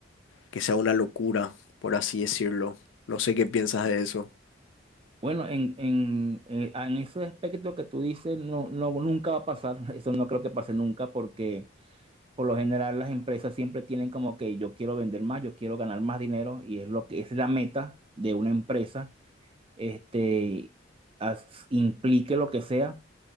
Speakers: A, on the left; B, on the right.
A: que sea una locura, por así decirlo. No sé qué piensas de eso.
B: Bueno, en, en, eh, en ese aspecto que tú dices, no, no, nunca va a pasar, <laughs> eso no creo que pase nunca, porque por lo general las empresas siempre tienen como que yo quiero vender más, yo quiero ganar más dinero, y es lo que es la meta de una empresa este, as- implique lo que sea.